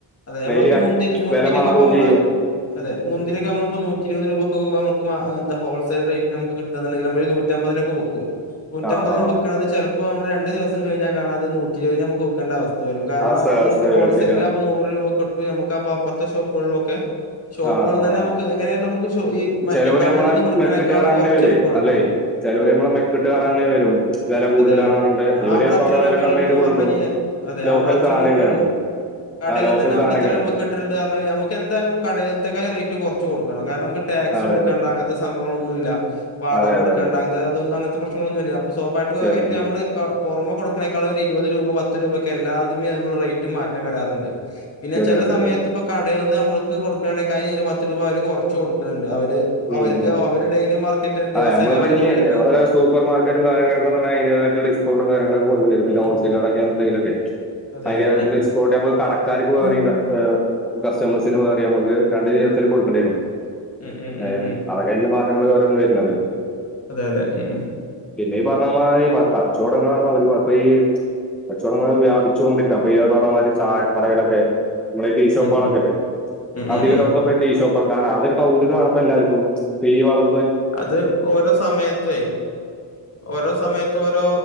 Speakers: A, on the left; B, in the centre.
A: അതെ നമ്മള
B: ഡെയിലി
A: മുന്തി മുന്തിരൊക്കെ
B: വില മാറുകയും
A: ഇ നമ്മള്
B: ചെയ്യും
A: അതെ മുന്തിരൊക്കെ നമ്മളി നൂറ്റി ഇരുപത് രൂപ എാോൾസെൽ റേറ്റ് നമു കിുണ്ടെങ്കിൽ ന നൂറ്റമ്പതിനൊക്കെക്കും നൂറ്റമ്പതിന്
B: ആ ആ
A: വെക്കുന്നത് ച ഇപ്പോ നമ്മൾ രണ്ട് ദിവം കഴിാൽണാത നൂറ്റിരുപതി നമുക്ക് വക്കേണ്ട അവസ്ഥ വരും കാരണം
B: അവസ്ഥ
A: അത്
B: അവസ്ഥ വരും
A: ഹോൾസെയിലിൽ
B: ശരിയാണ്
A: അപ്പ നൂറ് രൂപ കിട്ടും നമുക്ക് അപ്പൊ അപ്പുറത്തെ ഷോപ്പുകളിലൊക്കെ ഷോപ്പുകളന്ന്
B: ആ
A: തന്നെ
B: ആ
A: നമുക്ക് എങ്ങനെയല്ലോ നമുക്ക് ഈ മറ്റേക്കടുകളിൽ
B: ചെലോല് നമ്മളെ
A: നിന്ന് കൊടുക്കണേക്കാളും
B: മെക്കിട്ട് കയറാനന്നെ
A: കുറച്ച്
B: വരുവേ
A: നമുക്ക് കൊടുക്കണം
B: അല്ലേ ചെലോല് നമ്മളെ
A: ഉ
B: മെക്കിട്ട് കയറാനന്നെ വരും വില കൂടുതലാണ്
A: അതെ അതെ
B: പറഞ്ഞിട്ട് ഇവര്
A: അവിടെ
B: ചിലപ്പോ
A: അത്ര
B: വില
A: രൂപയള്ളല്ലോ
B: കമ്മിയായിട്ട്
A: എന്ന്
B: കൊടുക്കും
A: പറഞ്ഞഞ് കഴാൽ അതെെ
B: ലോക്കൽ
A: അവിടെ അത്ര
B: സാധനേക്കാരം
A: രൂപയള്ളൂ കടയിൽ
B: ആ ലോക്കൽ
A: നി തന്നെ നമുക്ക്
B: സാധനേക്കാരം
A: എത്ര രൂപ കിട്ടിട്ടുണ്ട് കാര നമുക്ക് എന്തായാലും കട അറ്റക്കായി റേറ്റ് കൊറച്ച് കൊടുക്കണം. കാരണം നമുക്ക് ടാക്സ്
B: അതെ
A: കൊടുക്കേണ്ട അങ്ങനത്തെ സംഭവങ്ങളൊന്നുയില്ല. വാടക
B: അതെ
A: കൊടുക്കേണ്ട
B: അതെ അതെ
A: അത് അങ്ങനത്തെ പ്രശ്നങ്ങളൊന്നുല്ല, അപ്പ സ്വാഭാവികമായിട്ട്
B: ശരിയാണ്
A: നമ്മള് കാ പുറമെകൊടുക്കണേക്കാളും ഒരു ഇരുപത് രൂപ പത്ത് രൂപയക്കെ എല്ലാതി മേൽ നമ്മൾ റേറ്റ് മാറ്റം വരാറുണ്ട്. പിന്നെ
B: ശരിയാണ്
A: ചില
B: ശരിയാണ്
A: സമയത്ത്പ്പൊ കടേവന്ന് നമ്മൾക്ക് കൊടുക്കണക്കായി കൈയിൽ പത്ത് രൂപ അവര് കൊറച്ച് കൊടുക്കന്നുണ്ട്.
B: ഉം
A: അവർക്ക്
B: ഉം
A: അവര് ഡെയിലി മാർക്കറ്റ്
B: ആ
A: ദിവസേന
B: നമ്മളിപ്പോ
A: അവര്
B: ഇനി
A: പോയി എ
B: ഓരോ സൂപ്പർ മാർക്കറ്റും കാര്യങ്ങളക്കന്ന അതിൻ്റതായിട്ടുള്ള ഡിസ്കൗണ്ടും കാര്യങ്ങളൊക്കെ കൊടുക്കണ്ടി വരും. പിന്നെ
A: ഉം
B: ഹോൾസെയിൽ
A: ഉം
B: കടക്കേണേങ്കിലൊക്കെ
A: അതെ
B: അതിന്
A: അതെ
B: വരുന്ന
A: ഉം
B: ഡിസ്കൗണ്ട് നമ്മക്ക് കടക്കാർക്ക് മാറി
A: ഉം
B: കസ്റ്റ കസ്റ്റമേഴ്സിന് മാറി നമ്മക്ക് രണ്ട് വീതത്തിലും കൊടുക്കേണ്ടി വരും.
A: ഉം ഉം ഉം
B: ഏ
A: ഉം
B: അതൊക്കെ അതിന്റെ മാറ്റങ്ങൾ വേറെന്ന് വരുന്നത്.
A: അതെ അതെ എ എ
B: പിന്നെ പറഞ്ഞ മാരി കച്ചവടങ്ങളാണ് ഒരുവാക്കുക ഈ കച്ചവടങ്ങൾ വ്യാപിച്ചോണ്ടിരിക്ക അപ്പൊ ഈ പറഞ്ഞമാതിരി ചായ കടകളൊക്കെ നമ്മളീ ടീ ഷോപ്പാളാകത്തില്ലെ
A: ഉം ഉം ഉം
B: അധികോടത്ത
A: ഉം ഉം
B: ടീഷോപ്പാണ് കാരണം അതൊരു കൗതുകം ആണ് ഇപ്പ എല്ലാരുക്കും ഈ വളവ്
A: അത് ഓരോ സമയത്തെ ഓരോ സമയത്തും ഓരോ